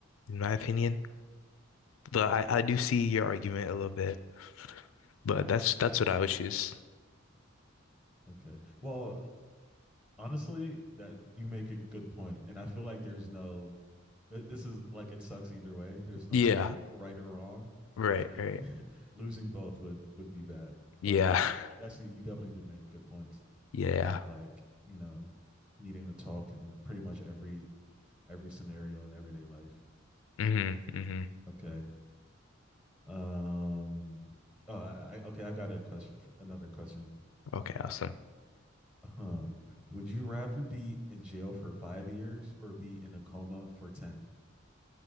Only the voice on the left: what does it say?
in my opinion. But I, I do see your argument a little bit, but that's that's what I would choose.
Yeah,
right,
right.
Yeah.
<laughs>
Yeah.
hmm hmm
Okay, awesome.